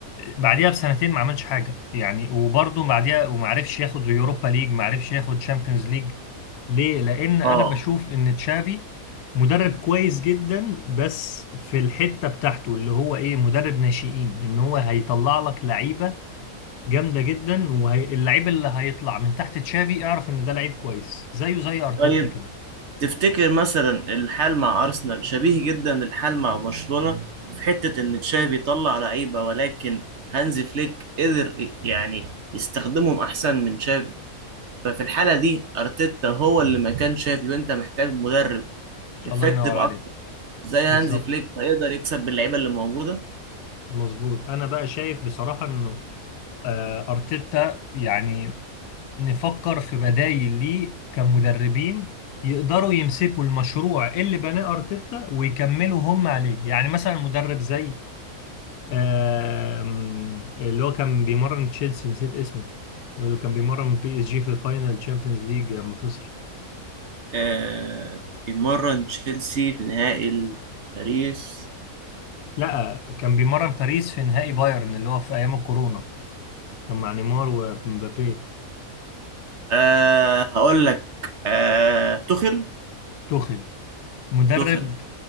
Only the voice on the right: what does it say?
اه
طيب
تفتكر مثلا الحال مع أرسنال شبيه جدا الحال مع برشلونة في حتة إن تشافي طلع لعيبة ولكن هانزي فليك قدر يعني يستخدمهم أحسن من تشافي ففي الحالة دي أرتيتا هو اللي مكان تشافي وأنت محتاج مدرب افكتيف
أكتر
زي هانزي
فليك هيقدر يكسب باللعيبة اللي موجودة
آه بيمرن تشيلسي في نهائي باريس
آه هقول لك آه توخيل
توخيل